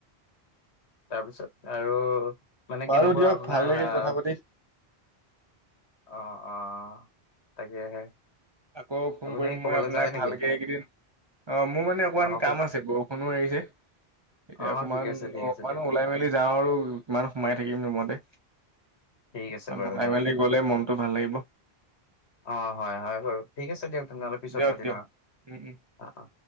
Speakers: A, on the left; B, on the right.
A: তাৰপিছত আৰু মানে
B: বাৰু
A: কেনেকুৱা
B: দিয়ক
A: আপোনাৰ
B: ভাল লাগিল
A: আহ
B: কথা পাতি।
A: অ অ তাকেহে
B: আকৌ ফোন
A: আপুনি
B: কৰিম
A: ক'বালৈ
B: মই আপোনাক
A: যায় নেকি
B: ভালকে এইকেইদিন অ মোৰ মানে অকণমান
A: অ
B: কাম
A: ক
B: আছে বৰষুণো এৰিছে এতিয়া
A: অ
B: অকণমান
A: ঠিক আছে ঠিক
B: অকমান
A: আছে দিয়ক
B: ওলাই মেলি যাওঁ আৰু কিমান সোমাই থাকিম ৰুমতে,
A: ঠিক
B: অকনমান
A: আছে বাৰু
B: ওলাই
A: দিয়ক
B: মেলি গলে মনটো ভাল লাগিব।
A: অ হয় হয় বাৰু ঠিক আছে দিয়ক তেনেহ'লে
B: উম,
A: পিছত
B: দিয়ক
A: পাতিম
B: দিয়ক
A: আৰু,
B: উম উম।
A: অ অ।